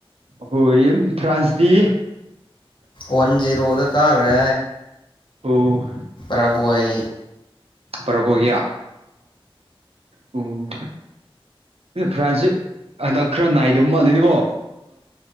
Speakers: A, on the right (about 85°); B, on the left (about 55°).
A: ꯍꯣꯏ ꯐ꯭ꯔꯥꯟꯁꯗꯤ
B: ꯋꯥꯟ ꯖꯖꯤꯔꯣꯗ ꯀꯥꯒ
A: ꯑꯣ
B: ꯔꯒꯣꯏ
A: ꯄꯔꯕꯒꯌꯥ ꯎꯝ ꯑꯦ ꯐ꯭ꯔꯥꯟꯁꯤ ꯍꯟꯗꯛ ꯈꯔ ꯅꯥꯏꯗꯕ ꯃꯥꯜꯂꯦꯅꯤꯕꯣ